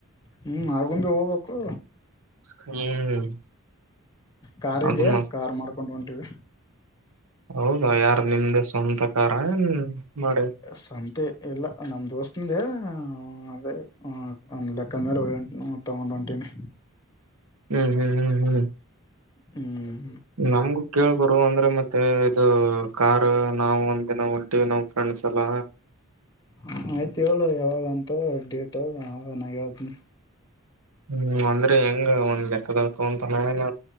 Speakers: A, on the left; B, on the right.
A: ಹ್ಮ್ ಆಗುಂಬಿ ಹೋಗ್ಬೇಕು
B: ಹ್ಮ್
A: ಕಾರ್
B: ಅದು
A: ಇದೆ
B: ಮಸ್ತ್
A: ಕಾರ್ ಮಾಡ್ಕೊಂಡು ಹೊಂಟಿವಿ
B: ಹೌದಾ ಯಾರು ನಿಮ್ದ ಸ್ವಂತಕಾರ ಏನ್ ಮಾಡಿ
A: ಸಂತೆ ಇಲ್ಲ ನಮ್ಮ ದೋಸ್ತುಂದೇ ಆ ಅದೇ ಆ ಒಂದು ಲೆಕ್ಕ ಮೇಲೆ ಹೂ ತಗೊಂಡ್ ಹೊಂಟೀನಿ.
B: ಹ್ಮ್ ಹ್ಮ್ ಹ್ಮ್ ಹ್ಮ್
A: ಹ್ಮ್
B: ನಮ್ಗು ಕೇಳಬರು ಅಂದ್ರೆ ಮತ್ತೆ ಮತ್ತ ಇದು ಕಾರ್ ನಾವು ನಾವು ಹೊಂಟೀವಿ ನಾವ್ ಫ್ರೆಂಡ್ಸ್ ಎಲ್ಲ
A: ಹ ಆಯ್ತು ಹೇಳು ಯಾವಾಗಂತ ಡೇಟು ನಾ ಹೇಳ್ತೀನಿ
B: ಹ್ಮ್ ಅಂದ್ರೆ ಹೆಂಗ ಒಂದ್ ಲೆಕ್ಕ್ದು ಅಂತನ ಏನ